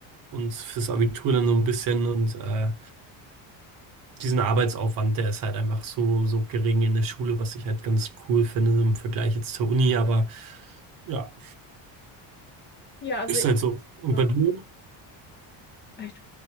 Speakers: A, on the right (about 45°); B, on the left (about 25°).
A: und fürs Abitur dann so ein bisschen und äh, diesen Arbeitsaufwand, der ist halt einfach so, so gering in der Schule, was ich halt ganz cool finde im Vergleich jetzt zur Uni, aber ja,
B: ja, also.
A: ist halt so. Und
B: ja.
A: bei dir?
B: Echt?